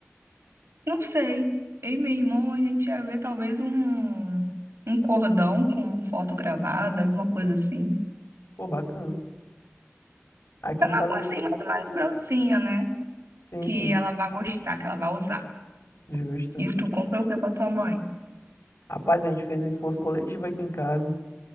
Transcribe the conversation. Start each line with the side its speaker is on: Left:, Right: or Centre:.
Right: Não sei. Eu e meu irmão, a gente ia ver talvez um, um cordão com foto gravada, alguma coisa assim.
Left: Pô, bacana. Aqui
Right: É uma
Left: em casa,
Right: coisa assim, mais uma lembrancinha, né?
Left: sim,
Right: Que
Left: sim.
Right: ela vai gostar, que ela vai usar.
Left: Justo.
Right: E tu compra o que pra tua mãe?
Left: Rapaz, a gente fez um esforço coletivo aqui em casa,